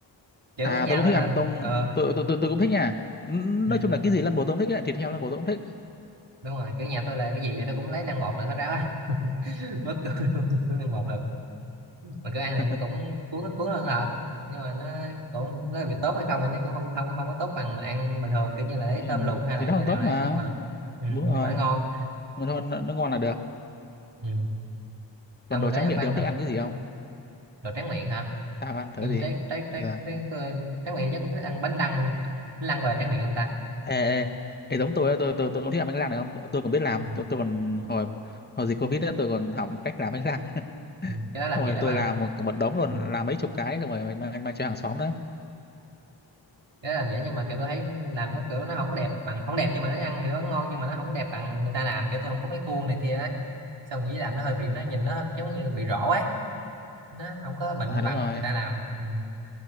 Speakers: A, on the right; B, on the left.
A: kiểu
B: à
A: nhà
B: tôi cũng
A: tôi
B: thích
A: là
B: ăn tôm
A: ờ
B: tôi tôi tôi, tôi cũng thích nha N-
A: ừ,
B: nói chung là cái gì lăn bồ tôi cũng thích ấy. thịt heo lăn bồ tôi cũng thích
A: đúng rồi kiểu nhà tôi là cái gì vậy tôi cũng lấy lăn bột được hết ráo á. <laughs> mất cười luôn cũng lăn bột được mà kiểu ăn
B: <laughs>
A: thì nó cũng cuốn cuốn hơn hợp nhưng mà nó cũng nó bị tốt hay không thì nó cũng không không không có tốt bằng mình ăn bình thường kiểu như là lấy
B: thì,
A: tôm luộc hay
B: thì
A: là
B: nó
A: như
B: không
A: nào
B: tốt
A: đấy
B: mà
A: nhưng mà ừ,
B: đúng
A: nhưng
B: rồi
A: mà nó ngon
B: mà thôi nó, nó ngon là được
A: ừ. ông
B: còn đồ
A: đó
B: tráng
A: ông
B: miệng
A: có ăn
B: thì ông
A: thử
B: thích ăn cái gì không
A: đồ tráng miệng hả
B: tao ăn thử
A: Thì
B: gì
A: trái trái trái
B: ờ
A: trái, trái, trái miệng chắc cũng thích ăn bánh lăng bánh lăng gọi là miệng không ta
B: ê ê ê giống tôi á, tôi tôi tôi cũng thích ăn bánh rang này không tôi còn biết làm
A: ừ.
B: tôi tôi còn hồi hồi dịch covid đó tôi còn học một cách làm bánh răng <laughs>
A: ừ. cái đó làm
B: xong
A: dễ
B: rồi tôi
A: mà
B: làm một một đống luôn
A: ừ.
B: làm mấy chục cái xong rồi mang mang cho hàng xóm đó
A: cái đó làm dễ nhưng mà kiểu tôi thấy làm nó kiểu nó không có đẹp bằng không đẹp nhưng mà nó ăn thì nó ngon nhưng mà nó không đẹp bằng người ta làm kiểu tôi không có cái khuôn này kia á xong dĩ làm nó hơi bị nó nhìn nó giống như bị rỗ ấy nó không có mịn
B: à đúng
A: bằng
B: rồi
A: người ta làm ừ.